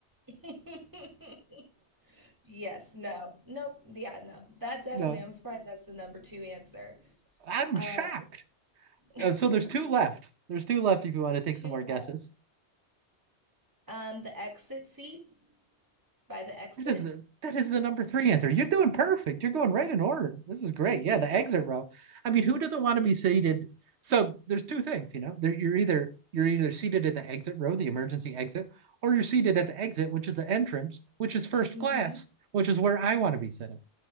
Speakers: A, on the right; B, on the right.
A: <laughs> Yes, no. Nope. Yeah, no. That definitely,
B: No.
A: I'm surprised that's the number two answer.
B: I'm
A: Uh
B: shocked.
A: <laughs>
B: Uh, So there's two left. There's two left if you want
A: there's
B: to take
A: two
B: some more
A: left.
B: guesses.
A: Um, the exit seat by the exit.
B: That is the that is the number three answer. You're doing perfect. You're going right in order. This is great.
A: <laughs>
B: Yeah, the eggs are row. I mean, who doesn't want to be seated? So there's two things, you know. There, you're either you're either seated at the exit row, the emergency exit, or you're seated at the exit, which is the entrance, which is first
A: Mhm.
B: class, which is where I want to be sitting.